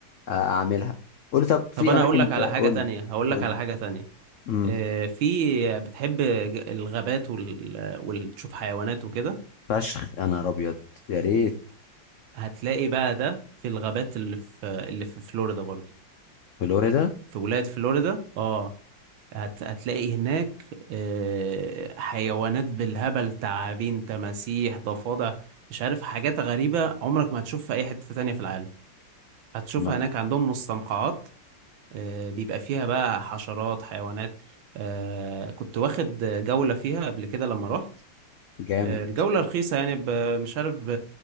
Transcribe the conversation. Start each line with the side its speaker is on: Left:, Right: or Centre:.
Left: آه، اعملها قول لي طب في
Right: طب انا
Left: اماكن
Right: اقول لك على حاجه
Left: قول
Right: تانية
Left: لي
Right: هقول
Left: قول
Right: لك على
Left: لي
Right: حاجه تانية
Left: امم
Right: آه، في بتحب ج- الغابات وال... وتشوف حيوانات وكده
Left: فشخ يا نهار ابيض يا ريت
Right: هتلاقي بقى ده في الغابات اللي في اللي في فلوريدا برضه
Left: فلوريدا
Right: في ولاية فلوريدا اه هت... هتلاقي هناك آه، حيوانات بالهبل تعابين تماسيح ضفادع مش عارف حاجات غريبة عمرك ما هتشوفها في أي حتة تانية في العالم هتشوفها
Left: ما-
Right: هناك عندهم مستنقعات آه، بيبقى فيها بقى حشرات حيوانات آه، كنت واخد جولة فيها قبل كده لما رحت
Left: جامد
Right: آه، الجولة رخيصة يعني ب... مش عارف ب...